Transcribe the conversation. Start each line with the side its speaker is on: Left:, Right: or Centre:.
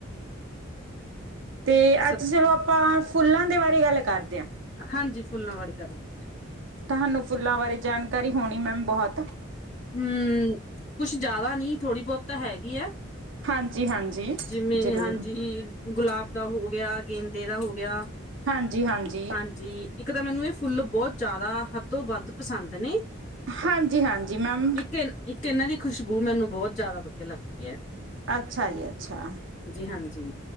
Right: ਤੇ ਅੱਜ
Left: ਸਬ
Right: ਚਲੋ ਆਪਾਂ ਫੁੱਲਾਂ ਦੇ ਬਾਰੇ ਗੱਲ ਕਰਦੇ ਆ।
Left: ਹਾਂਜੀ, ਫੁੱਲਾਂ ਬਾਰੇ ਕਰ ਲੈਂਦੇ ਆ।
Right: ਤੁਹਾਨੂੰ ਫੁੱਲਾਂ ਬਾਰੇ ਜਾਣਕਾਰੀ ਹੋਣੀ ਮੈਮ ਬੋਹਤ।
Left: ਹੂੰ ਕੁਛ ਜਾਦਾ ਨੀ ਥੋੜ੍ਹੀ ਬਹੁਤ ਤਾਂ ਹੈਗੀ ਏ।
Right: ਹਾਂਜੀ ਹਾਂਜੀ
Left: ਜਿਵੇਂ
Right: ਜ਼ਰੂਰ
Left: ਹੀ ਹਾਂਜੀ। ਗੁਲਾਬ ਦਾ ਹੋ ਗਿਆ, ਗੇਂਦੇ ਦਾ ਹੋ ਗਿਆ।
Right: ਹਾਂਜੀ- ਹਾਂਜੀ।
Left: ਹਾਂਜੀ। ਇੱਕ ਤਾਂ ਮੈਨੂੰ ਏ ਫੁੱਲ ਬੋਤ ਜ਼ਾਦਾ ਹੱਦੋ ਵੱਧ ਪਸੰਦ ਨੇ।
Right: ਹਾਂਜੀ- ਹਾਂਜੀ, ਮੈਮ।
Left: ਇੱਕ ਇਨ- ਇੱਕ ਤੇ ਐਨਾਂ ਦੀ ਖੁਸ਼ਬੂ ਮੈਨੂੰ ਬੋਤ ਜਾਦਾ ਵਧੀਆ ਲੱਗਦੀ ਐ।
Right: ਅੱਛਾ ਜੀ ਅੱਛਾ,
Left: ਹਾਂਜੀ